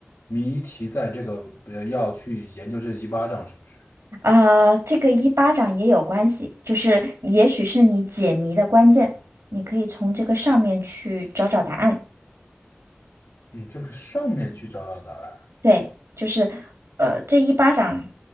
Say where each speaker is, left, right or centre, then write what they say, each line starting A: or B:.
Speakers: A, on the left; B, on the right.
A: 谜题在这个，呃，要去研究这一巴掌是不是？
B: 啊，这个一巴掌也有关系，就是也许是你解谜的关键，你可以从这个上面去找找答案。
A: 嗯，这个上面去找找答案。
B: 对，就是呃，这一巴掌